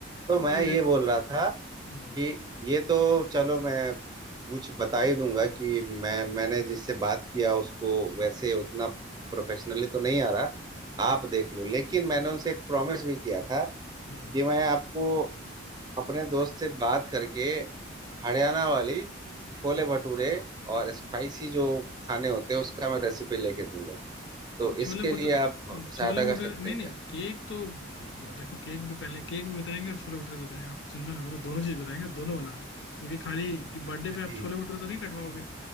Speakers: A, on the right; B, on the left.
A: तो
B: वो
A: मैं
B: अलग
A: ये बोल रहा था
B: हम्म
A: कि ये तो चलो मैं कुछ बता ही दूंगा कि मैं मैंने जिससे बात किया उसको वैसे उतना प्रोफेशनली तो नहीं आ रहा आप देख लो लेकिन मैंने उनसे एक प्रॉमिस भी किया था
B: हम्म
A: कि मैं आपको अपने दोस्त से बात करके हरियाणा वाली छोले
B: हम्म।
A: भटूरे और स्पाइसी जो खाने होते हैं उसका मैं रेसिपी लेके दूंगा तो
B: नहीं, छोले
A: इसके
B: भटूरे
A: लिए आप सहायता
B: छोले भटूरे
A: कर सकते
B: नहीं
A: हैं
B: नहीं
A: क्या
B: केक तो हम्म, देखो केक भी पहले केक भी बताएंगे और छोले भटूरे भी बताएंगे आप चिंता ना करो दोनों चीज बताएंगे दोनों बनाओ क्योंकि खाली बर्थडे
A: अच्छा,
B: पे
A: ठीक
B: आप छोले भटूरे तो नहीं कटवाओगे